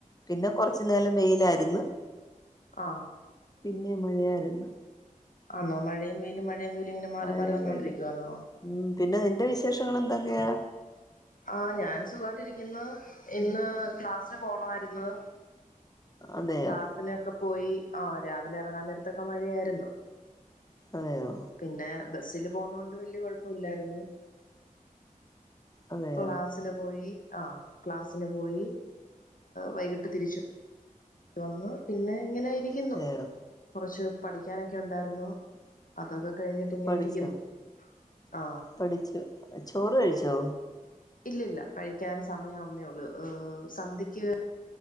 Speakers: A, on the left; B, on the left.
A: പിന്നെ കൊറച്ച്നേലം വെയിലായിര്ന്ന്
B: ആ
A: പിന്നെ മഴയായിര്ന്ന്
B: ആന്നോ മഴയും വെയിലും മഴയും വെയിലുങ്ങനെ മാറി
A: മഴയ
B: മാറി വന്നോണ്ടിരിക്കുവാന്നോ
A: പെയ്ത് ഉം പിന്നെ നിന്റെ വിശേഷങ്ങൾ എന്തൊക്കെയാ
B: ആ ഞാൻ സുഖായിട്ടിരിക്കുന്ന് ഇന്ന് ക്ലാസ്സില് പോണായിരുന്നു
A: അതെയോ
B: ക്ലാസിനൊക്കെ പോയി ആ രാവിലെ ഇറങ്ങാൻ നേരത്തൊക്കെ മഴയായിരുന്നു
A: അതെയോ
B: പിന്നെ ബസില് പോന്നോണ്ട് വല്യ കൊഴപ്പല്ലായിരുന്നു
A: അതെയോ
B: ക്ലാസിന് പോയി ആ ക്ലാസിന് പോയി വൈകിട്ട് തിരിച്ചു വന്നു പിന്നെ ഇങ്ങനെയിരിക്കുന്നു
A: അതെയോ
B: കുറച്ച് പഠിക്കാനൊക്കെ ഉണ്ടായിര്ന്നു അതൊക്കെ കഴിഞ്ഞിട്ട് ഇങ്ങനെ
A: പഠിച്ചോ
B: ഇരിക്കുന്നു ആ
A: പഠിച്ചു ചോറ് കഴിച്ചോ
B: ഇല്ലല്ലാ കഴിക്കാൻ സമയവുന്നേള്ളു സന്ധ്യക്ക്